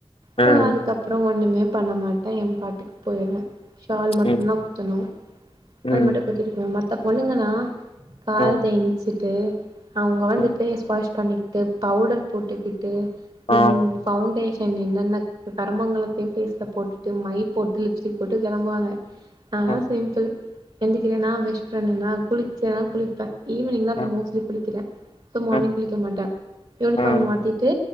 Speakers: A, on the left (about 80°); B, on the right (about 65°).
A: ம்
B: சோ அதுக்கப்றோ ஒண்ணுமே பண்ண மாட்டே என் பாட்டுக்கு போய்ற சால் மட்டு
A: ம்
B: தா குத்தணு
A: ம்
B: அது மட்டு குத்திட்டு மத்த பொண்ணுங்கன்னா கால்
A: ம்
B: தேஞ்சுட்டு அவங்க வந்துட்டு
A: ம்
B: ஷ்பஸ் பண்ணிக்கிட்டு பவுடர் போட்டுக்கிட்டு தென்
A: ஆ
B: பவுண்டேஷன் என்னென்ன கருமங்களலத்தையு ஃபேஸ்ல போட்டுட்டு மை போட்டு லிப்ஸ்டிக் போட்டு கெளம்புவாங்க நாலா
A: ம்
B: சிம்பிள் எந்திகிறனா ப்ரெஸ் பண்றனா குளிச்சதா குளிப்ப ஈவினிங் தா
A: ம்
B: இப்ப மோஸ்ட்லி குளிக்கிற சோ மார்னிங்
A: ம்
B: குளிக்க மாட்ட யூனிஃபார்ம்
A: ம்
B: மாத்திட்டு